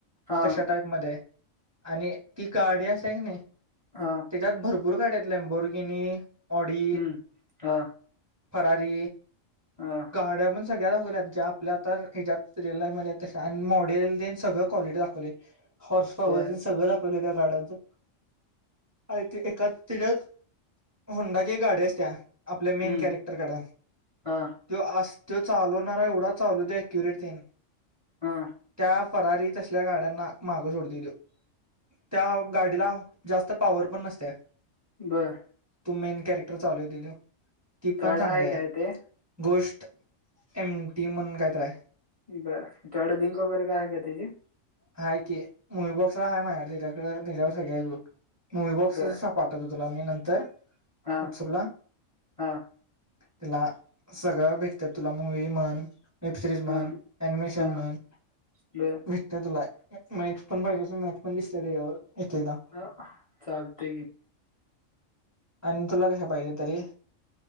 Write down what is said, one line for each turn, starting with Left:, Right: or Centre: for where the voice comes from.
Left: हा
Right: तशा टाईप मधे आणि ती गाडी असत्या की नाही -
Left: हा
Right: त्यात भरपूर गाड्या आहेत लेंबोरगिनी, ऑडी,
Left: हम्म हा
Right: फेरारी
Left: हां -
Right: गाड्या पण सगळ्या दाखवत्यात. जे आपल्या आता ह्याच्यात रिअल लाईफ मध्ये तशा आणि मॉडेल तेन सगळं क्वालिटी दाखवलय. हॉर्स पॉवर
Left: बर
Right: ते सगळं दाखवलं त्या गाड्याचं <unintelligible> तेच्यात होंडाची गाडी असत्या. आपल्या
Left: हम्म
Right: मेन कॅरेक्टरकड
Left: हा
Right: तो असतोय चालवणार आहे एवढा चालवतय अक्युरेट तेन
Left: हा
Right: त्या फरारी तसल्या गाड्यांना मागं सोडतोय त्यो त्या गाडीला जास्त पॉवर पण नसत्या.
Left: बरं-
Right: तो मेन कॅरेक्टर चालवतंय त्यों ती
Left: तड
Right: पण चांगली आहे.
Left: काय ते
Right: गोष्ट एमटी म्हणून काय तर आहे.
Left: बर तुझ्याकडं लिंक वगैरे काय आहे काय त्याची?
Right: हाय की मुवी बॉक्सला आहे माझ्याकड त्याच्याकडे त्याच्यावर सगळ्या आहेत बघ मुवी बॉक्स
Left: बर
Right: पाठवतो तुला मी नंतर
Left: हा
Right: वॉट्सअपला.
Left: हा
Right: तुला सगळं भेटत तुला मूवी म्हण वेब सिरीज
Left: हा
Right: म्हण, अनिमेशन
Left: हा
Right: म्हण
Left: बर
Right: भेटत तुला मॅच पण पाहिजे असल मॅच पण दिसते त्याच्यावर एकेकदा.
Left: ह चालतय की,
Right: आणि तुला कशा पाहिजे तरी